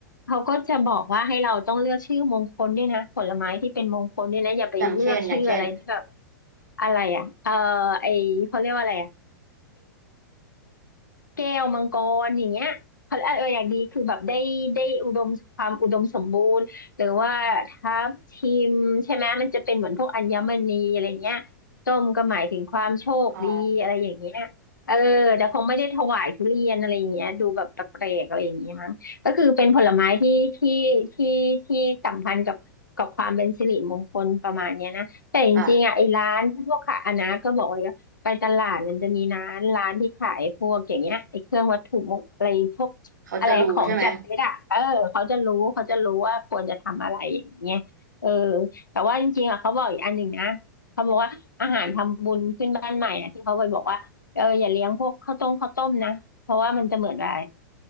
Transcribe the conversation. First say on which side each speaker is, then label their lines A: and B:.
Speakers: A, on the left; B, on the right.
A: เขาก็จะบอกว่าให้เราต้องเลือกชื่อมงคลด้วยนะผลไม้ที่เป็นมงคลด้วยนะอย่าไปเลือกชื่ออะไรที่แบบ
B: อย่างเช่นอย่างเช่น
A: อะไรอ่ะเออไอเขาเรียกว่าอะไรอ่ะ แก้วมังกรอย่างเงี้ยเขาเอออย่างดีคือแบบได้ได้อุดมความอุดมสมบูรณ์หรือว่าทับทิมใช่ไหมมันจะเป็นเหมือนพวกอัญมณีอะไรเงี้ยส้มก็หมายถึงความโชคดีอะไรอย่างเงี้ยเออแต่คงไม่ได้ถวายทุเรียนอะไรอย่างเงี้ยดูแบบแปลกๆอะไรอย่างเงี้ยมั้งก็คือเป็นผลไม้ที่ที่ที่ที่สัมพันธ์กับกับความเป็นสิริมงคลประมาณเนี้ยนะแต่จริงๆอ่ะไอ้ร้านพวกขายอันนะก็บอกว่า
B: อ๋อค่ะ
A: ไปตลาดมันจะมีร้านร้านที่ขายพวกอย่างเงี้ยไอ้เครื่องวัตถุมงอะไรพวกอะไรของจัดเซตอ่ะเออเขาจะรู้เขาจะรู้ว่าควรจะทำอะไรอย่างเงี้ยเออ
B: เขาจะรู้ใช่ไหม
A: แต่ว่าจริงๆอ่ะเขาบอกอีกอันหนึ่งนะเขาบอกว่าอาหารทำบุญขึ้นบ้านใหม่อ่ะที่เขาไปบอกว่าเอออย่าเลี้ยงพวกข้าวต้มข้าวต้มนะเพราะว่ามันจะเหมือนอะไร